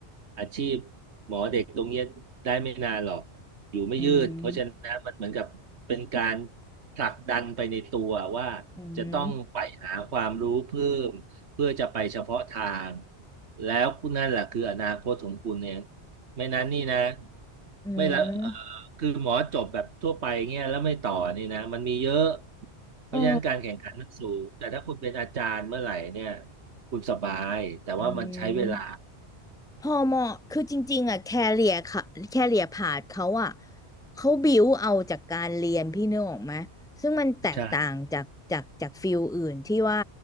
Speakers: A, on the right (about 75°); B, in the centre.
A: อาชีพหมอเด็กตรงเนี้ยได้ไม่นานหรอกอยู่ไม่ยืดเพราะฉะนั้นมันเหมือนกับเป็นการ
B: อืม
A: ผลักดันไปในตัวว่า
B: อืม
A: จะต้องใฝ่หาความรู้เพิ่มเพื่อจะไปเฉพาะทางแล้วคุณนั่นแหละคืออนาคตของคุณเนี่ยไม่นั้นนี่นะ
B: อืม
A: ไม่ละเออ คือหมอจบแบบทั่วไปเงี้ยแล้วไม่ต่อนี่นะมันมีเยอะเพราะฉะนั้นการแข่งขันมันสูงแต่ถ้าคุณเป็นอาจารย์เมื่อไหร่เนี่ย
B: อ๋อ
A: คุณสบายแต่ว่ามันใช้เวลา
B: อืมพอเหมาะคือจริงๆอ่ะแคเรียค่ะแคเรียพาธเขาอ่ะเขาบิวเอาจากการเรียนพี่นึกออกไหมซึ่งมันแตกต่างจากจากจากฟิลอื่นที่ว่า
A: ใช่